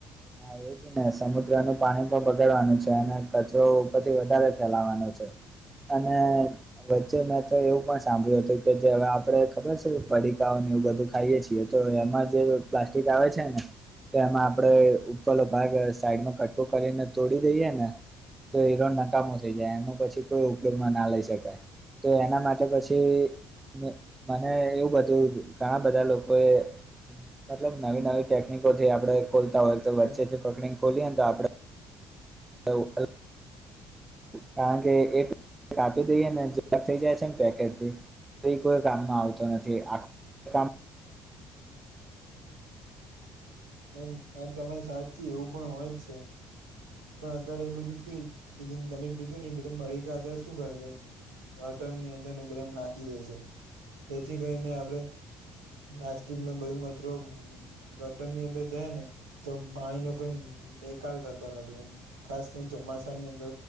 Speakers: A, on the right; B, on the right.
A: એ જ ને સમુદ્ર નું પાણી પણ બગડવાનું છે અને કચરો ઉપરથી વધારે ફેલાવાનો છે. અને વચ્ચે મેં તો એવું પણ સાંભળ્યું હતું કે જે હવે આપડે ખબર છે પડીકા ને એ બધું ખાઈએ છીએ તો એમાં જે પ્લાસ્ટિક આવે છે ને તો એમાં આપણેે પેલો ભાગ સાઈડમાં કટકો કરીને તોડી દઈએે ને તો હીરો નકામો થઈ જાય અને પછી કોઈ ઉપયોગમાં ના લઈ શકે. તો એના માટે પછી મ મને એવું બધું ઘણા બધા લોકોએ મતલબ નવી નવી ટેકનિક ટેકનીકો થી આપડે ખોલતા હોય કે વચ્ચેથી
B: બરાબર.
A: પકડીને ખોલીએ તો આપડે હું અ. કારણ કે એ કાપી દઈએ ને થઈ જાય છે ને પેકેજ થી. કોઈ કય
B: હા,
A: કામમાં આવતું નથી આખું કામ.
B: એમ વાત તમારી સાચી એવું પણ હોય જ છે. પણ અત્યારે એ બધું સુું તમે કીધું ને એ બધ મળી ગયા ત્યારે શું કરજે. ગટર ની અંદર એ બધા નાખી દે છે જેથી કરીને આપણેે. પ્લાસ્ટિક નો બધું કચરો. ગટર ની અંદર જાય ને તો પાણી નો કોઈ નિકાલ થતો નથી એ. ખાસ કરીને ચોમાસા ની અંદર.